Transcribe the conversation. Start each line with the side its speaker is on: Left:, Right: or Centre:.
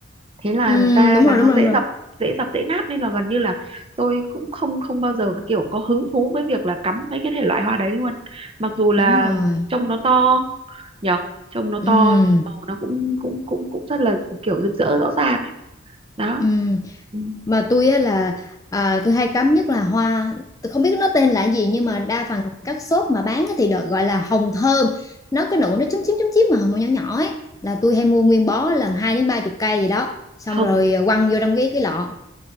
Right: thế là
Left: Ừm,
Right: ra
Left: đúng
Right: là
Left: rồi
Right: nó
Left: đúng rồi
Right: dễ
Left: đúng rồi
Right: dập dễ dập dễ nát nên là gần như là tôi cũng không không bao giờ kiểu có hứng thú với việc là cắm mấy cái thể loại hoa đấy luôn mặc dù là
Left: đúng rồi
Right: trông nó to nhở trông nó
Left: Ừm,
Right: to màu nó cũng cũng cũng cũng rất là kiểu rực rỡ rõ ràng ấy đó
Left: ừm.
Right: ừ.
Left: mà tôi á là à, tôi hay cắm nhất là hoa tôi không biết nó tên là gì nhưng mà đa phần các shop mà bán á thì được gọi là hồng thơm nó cái nụ nó chúm chím chúm chím mà hồng nhỏ nhỏ ấy là tôi hay mua nguyên bó lần hai đến ba chục cây gì đó xong
Right: hồng
Left: rồi ờ, quăng vô trong cái cái lọ